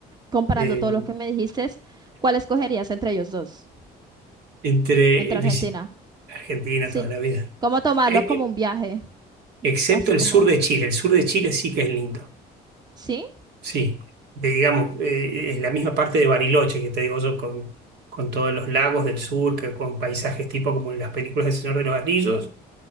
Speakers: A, on the right; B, on the right.
A: comparando
B: Eh,
A: todos los que me dijiste, ¿cuál escogerías entre ellos dos?
B: entre
A: Entre Argentina.
B: visi- Argentina
A: Sí.
B: toda la vida.
A: ¿Cómo tomarlo
B: Eh,
A: como
B: eh,
A: un viaje?
B: excepto
A: Así
B: el
A: como...
B: sur
A: de-
B: de Chile. El sur de Chile sí que es lindo.
A: ¿Sí?
B: Sí. De- digamos, eh, es la misma parte de Bariloche que te digo yo, con, con todos los lagos del sur, que, con paisajes tipo como en las películas del Señor de los Anillos,